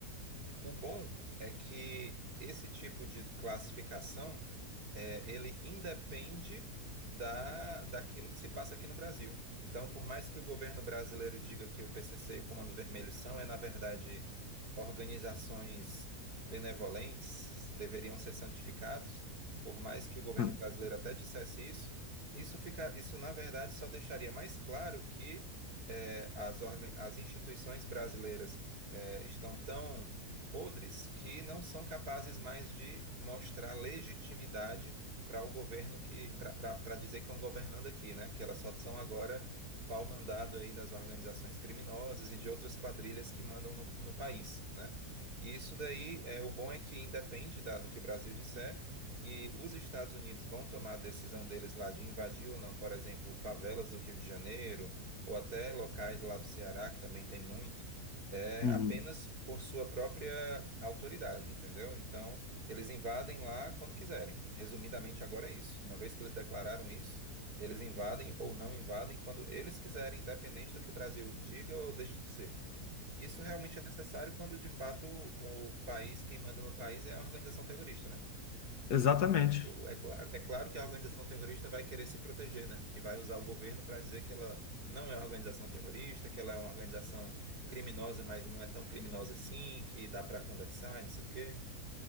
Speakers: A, on the right; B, on the left.
A: O bom é que esse tipo de classificação, é, ele independe da, daquilo que se passa aqui no Brasil. Então, por mais que o governo brasileiro diga que o PCC e o Comando Vermelho são, é na verdade, organizações benevolentes, deveriam ser santificados, por mais que o governo
B: <laughs>
A: brasileiro até dissesse isso, isso fica, isso na verdade só deixaria mais claro que é, as, organ- as instituições brasileiras é, estão tão podres que não são capazes mais de mostrar legitimidade para o governo que para dizer que estão governando aqui, né? Que elas só são agora pau mandado aí das organizações criminosas e de outras quadrilhas que mandam no, no país, né? E isso daí é o bom é que independe da- do que o Brasil disser e os Estados Unidos vão tomar a decisão deles lá de invadir ou não, por exemplo, favelas do Rio de Janeiro ou até locais lá do Ceará que também tem muito é
B: Uhum.
A: apenas por sua própria autoridade, entendeu? Então, eles invadem lá quando quiserem. Resumidamente, agora é isso. Uma vez que eles declararam isso, eles invadem ou não invadem quando eles quiserem, independente do que o Brasil diga ou deixe de dizer. Isso realmente é necessário quando, de fato, o país, quem manda no país é a organização terrorista, né?
B: Exatamente.
A: O- É claro, é claro que a organização terrorista vai querer se proteger, né? E vai usar o governo para dizer que ela não é organização terrorista, que ela é uma organização criminosa, mas não é tão criminosa assim, que dá para conversar, não sei o quê.